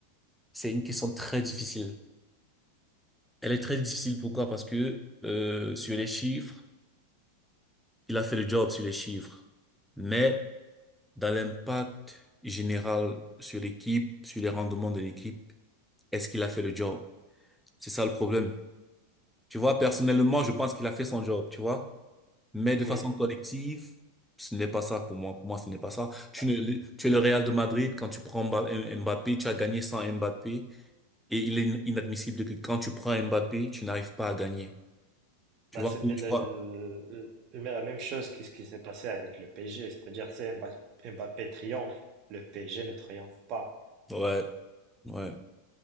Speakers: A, in the centre; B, on the right.
A: C'est une question très difficile. Elle est très difficile, pourquoi? Parce que euh, sur les chiffres, il a fait le job sur les chiffres. Mais dans l'impact général sur l'équipe, sur les rendements de l'équipe, est-ce qu'il a fait le job? C'est ça le problème. Tu vois, personnellement, je pense qu'il a fait son job, tu vois. Mais de façon
B: Oui.
A: collective, ce n'est pas ça pour moi. Pour moi, ce n'est pas ça. Tu,
B: Bah,
A: ne- tu es le Real de Madrid, quand tu prends Mba- euh, Mbappé, tu as gagné sans Mbappé. Et il est inadmissible que quand tu prends Mbappé, tu n'arrives pas à gagner. Tu
B: bah,
A: vois,
B: c'était le-
A: tu vois.
B: le- le- la même chose que ce qui s'est passé avec le PSG, c'est-à-dire c'est Mba- Mbappé triomphe, le PSG ne triomphe pas.
A: Ouais, ouais.